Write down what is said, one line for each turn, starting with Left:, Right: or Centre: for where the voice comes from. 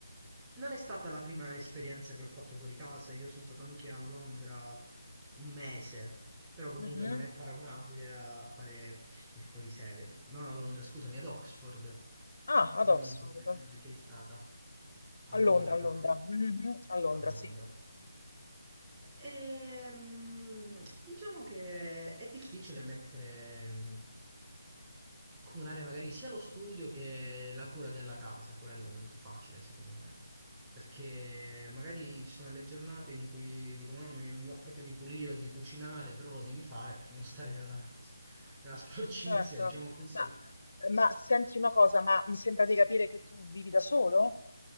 Right: non è stata la prima esperienza che ho fatto fuori casa. Io sono stato anche a Londra un mese, però comunque
Left: Mh-mh.
Right: non è paragonabile a fare il fuorisede. Non a Londra, scusami, ad Oxford.
Left: Ah,
Right: Io
Left: ad Oxford.
Right: non so poi te dove sei stata. A
Left: A
Right: Londra
Left: Londra, a
Right: proprio?
Left: Londra. Mh-mh, a Londra,
Right: A Londra.
Left: sì.
Right: Ehm, diciamo che è difficile mettere, mm, comunare magari sia lo studio che la cura della casa, quello non è facile secondo me, perché magari ci sono delle giornate in cui dico mamma mia, non mi va proprio di pulire o di cucinare, però lo devi fare per non stare nella, nella sporcizia,
Left: Certo,
Right: diciamo così.
Left: ma, ma senti una cosa, ma mi sembra di capire che tu vivi da solo?